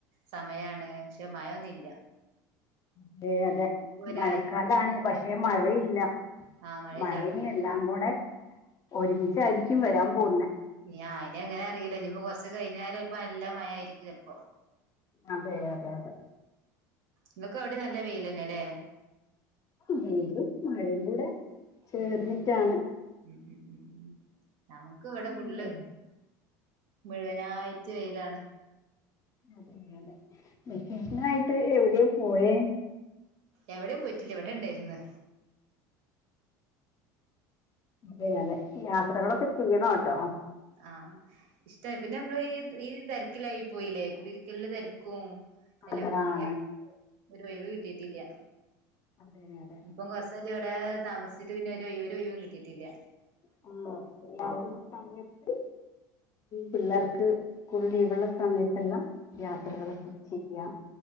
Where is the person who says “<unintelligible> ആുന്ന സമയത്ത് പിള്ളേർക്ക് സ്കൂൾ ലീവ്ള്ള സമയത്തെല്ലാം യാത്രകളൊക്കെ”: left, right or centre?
Left